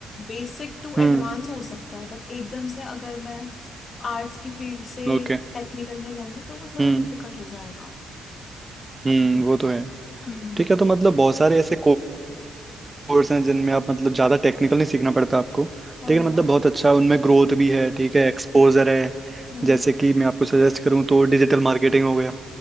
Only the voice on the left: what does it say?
बेसिक टू
एडवांस हो सकता है बट एकदम से अगर मैं आर्ट्स की फील्ड से
टेक्निकल में जाऊंगी तो वो थोड़ा
डिफिकल्ट हो जाएगा
हम्म
हाँ
हाँ
हम्म